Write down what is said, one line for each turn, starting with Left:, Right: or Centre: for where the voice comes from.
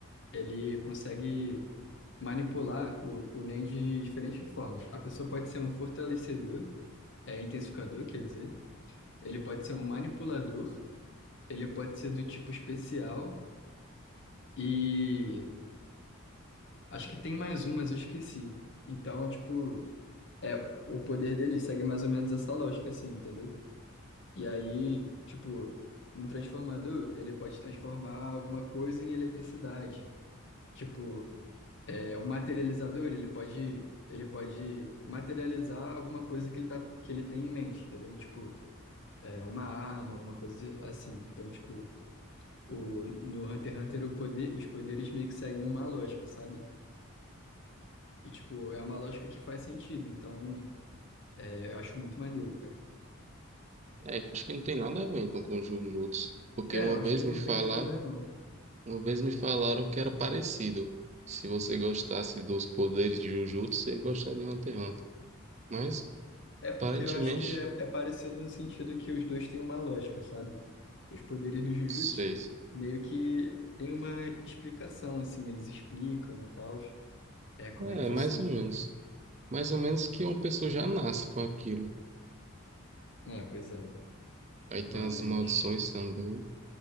Left: ele consegue manipular o, o Nen de diferentes formas. A pessoa pode ser um fortalecedor, é intensificador, quer dizer. Ele pode ser um manipulador, ele pode ser do tipo especial E acho que tem mais um, mas eu esqueci. Então, tipo, é, o poder dele segue mais ou menos essa lógica, assim, entendeu? E aí, tipo, um transformador, ele pode transformar alguma coisa em eletricidade. Tipo, é, um materializador, ele pode, ele pode materializar alguma coisa que ele tá, que ele tem em mente, entendeu? Tipo, é, uma arma, alguma coisa assim. Então, tipo, o, no Hunter x Hunter, o poder, os poderes meio que seguem uma lógica, sabe? E, tipo, é uma lógica que faz sentido, então é, eu acho muito maneiro, cara.
Right: É, acho que não tem nada a ver então com Jujutsu. Porque
Left: É,
Right: uma
Left: eu acho
Right: vez
Left: que
Right: me
Left: não
Right: falaram,
Left: tem muito a ver, não.
Right: uma vez me falaram que era parecido. Se você gostasse dos poderes de Jujutsu, você ia gostar de Hunter x Hunter. Mas
Left: É porque
Right: Aparentemente,
Left: eu acho que é, é parecido no sentido que os dois têm uma lógica, sabe? Os poderes no Jujutsu
Right: seis.
Left: meio que tem uma explicação, assim, eles explicam e tal, é, como
Right: É,
Left: é que funciona.
Right: mais ou menos. Mais ou menos que uma pessoa já nasce com aquilo.
Left: É, pois é.
Right: Aí
Left: Mas
Right: tem as maldições também.